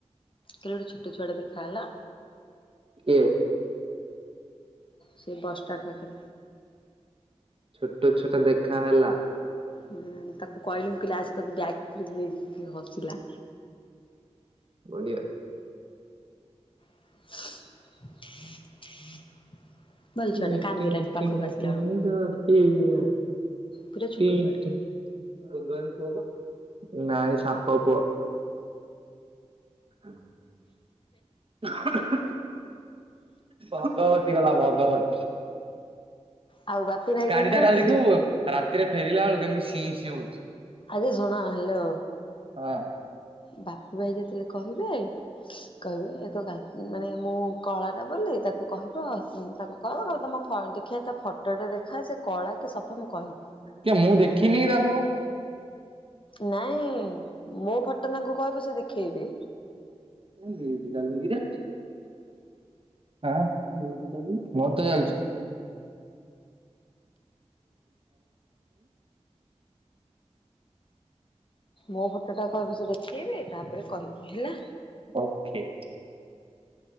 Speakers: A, on the left; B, on the right.
A: କାଲି ଗୋଟେ ଛୋଟ ଛୁଆଡେ ଦେଖା ହେଲା।
B: କିଏ
A: ସେ ବସ୍ ଷ୍ଟପ ପାଖରେ।
B: ଛୋଟ ଛୁଆଟା ଦେଖା ହେଲା।
A: ହୁଁ ତାକୁ କହିଲି ମୁଁ କହିଲି, ଆସ ତତେ ବ୍ୟାଗରେ ପୂରେଇକି ନେଇଯିବି କେ ହସିଲା।
B: ବଢ଼ିଆ।
A: <inaudible>
B: <unintelligible>
A: ଛୁଆଟେ
B: <unintelligible>
A: କାନ୍ଦିଲାନି ପାଖକୁ ଆସିଲା ବେଳକୁ ପୁରା ଛୋଟ ଛୁଆଟେ।
B: ନାଇଁ ସାପ ପୁଅ। ଅ ହଁ। <inaudible> ଭଗବତୀ ଗଲା ଭଗବତୀ ।
A: ଆଉ ବାପି ଭାଇ
B: ଗାଡି
A: କଣ
B: ଟା
A: କରୁଥିଲେ?
B: କାଲି ଦେଖିବୁ। ରାତିରେ ଫେରିଲା ବେଳକୁ କେମିତି ସିଇଁ ସିଁ ହଉଛି।
A: ଆରେ ଶୁଣ ହ୍ୟାଲୋ
B: ହଁ
A: ବାପି ଭାଇ ଯେତେବେଳେ କହିବେ କହିବି ଏ ତ ଗା ମାନେ ମୁଁ କଳା ଟା ବୋଲି ତାକୁ କହି ହ ତାଙ୍କୁ କ ତମ ଫ ଦେଖିବା ତା ଫଟୋଟେ ଦେଖା ସେ କଳା କି ସଫା ମୁଁ କହିବି।
B: କେ ମୁଁ ଦେଖିନିକି ତାକୁ।
A: ନାଇଁ ମୋ ଫଟ ତାଙ୍କୁ କହିବୁ ସେ ଦେଖେଇବେ।
B: ହଁ ମିଉଟୁ ଚାଲୁନି କିରେ ହଁ ମିଉଟ ଚାଲୁନି ମୋର ତ ଚାଲୁଛି। <unintelligible> <inaudible>
A: ମୋ ଫଟୋଟା କହିବ ସେ ଦେଖେଇବେ ତାପରେ କହିବି ହେଲା।
B: ଓକେ।